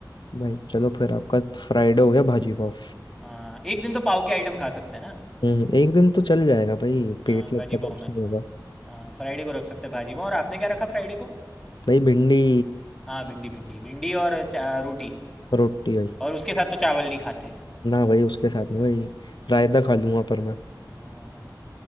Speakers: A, on the left; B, in the centre.
A: भाई चलो फिर आपका फ्राइडे हो गया भाजी पाव
B: हाँ एक दिन तो पाव के आइटम खा सकते हैं ना
A: हम्म एक दिन तो चल जाएगा भाई
B: हाँ,
A: पेट लगता
B: भाजी पाव
A: है कुछ
B: में
A: नहीं होगा
B: हाँ फ्राइडे को रख सकते हैं भाजी पाव और आपने क्या रखा फ्राइडे को
A: भाई भिंडी
B: हाँ भिंडी भिंडी भिंडी और चा- रोटी
A: रोटी भाई
B: और उसके साथ तो चावल नहीं खाते
A: ना भाई उसके साथ नहीं भाई रायता
B: हम्म,
A: खा लूंगा पर मैं
B: हाँ हाँ हाँ